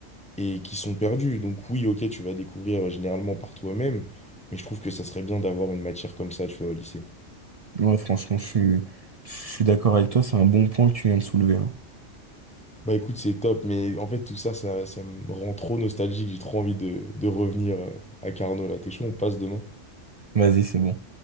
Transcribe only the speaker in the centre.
et qui sont perdus. Donc oui, ok, tu vas découvrir euh, généralement par toi-même, mais je trouve que ça serait bien d'avoir une matière comme ça, tu vois, au lycée.
Bah écoute, c'est top, mais en fait tout ça, ça, ça me rend trop nostalgique, j'ai trop envie de, de revenir euh, à Carnot là. T'es chaud, on passe demain?